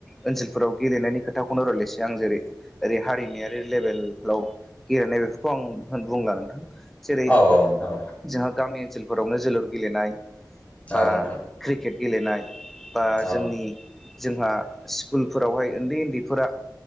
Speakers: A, in the centre; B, on the left (about 20°).
A: ओनसोलफोराव गेलेनाय नायनि खोथाखौनो रस आं जेरै ओरै हारिमारि लेभेलाव गेलेनाय बेफोरखौ आं होन बुंला नोंथां जेरै
B: औ औ नोंथां
A: जोंहा गामि ओनसोलफोरावनो जोलुर गेलेनाय
B: औ
A: बा
B: औ नोंथां
A: क्रिकेट गेलेनाय- बा
B: औ
A: जोंनि जोंहा स्कुलफोरावहाय उन्दै उन्दैफोरा